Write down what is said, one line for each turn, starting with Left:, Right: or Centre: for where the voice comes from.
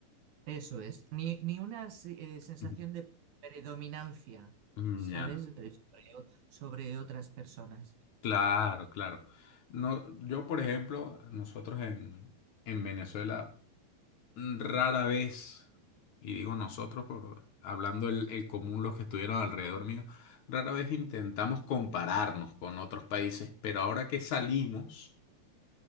Right: Eso es, ni, ni una se- eh, sensación
Left: Ujú.
Right: de predominancia,
Left: Mm,
Right: ¿sabes?
Left: Ya,
Right: Eh, Sobre, o- sobre otras personas.
Left: Claro, claro. No, yo, por ejemplo, nosotros en, en Venezuela rara vez, y digo nosotros, por, hablando el, el común, los que estuvieron alrededor mío, rara vez intentamos compararnos con otros países, pero ahora que salimos,